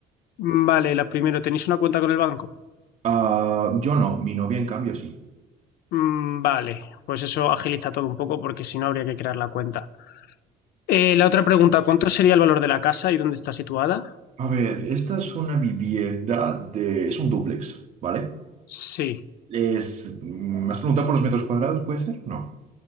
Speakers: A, on the left (about 70°); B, on the right (about 45°).
A: Mm, Vale, la primero, ¿tenéis una cuenta con el banco?
B: Ah, yo no, mi novia en cambio sí.
A: Mm, Vale, pues eso agiliza todo un poco porque si no habría que crear la cuenta. Eh, la otra pregunta, ¿cuánto sería el valor de la casa y dónde está situada?
B: A ver, esta es una vivienda de... es un dúplex, ¿vale?
A: Sí.
B: Es... mm, ¿Me has preguntado por los metros cuadrados, puede ser? No.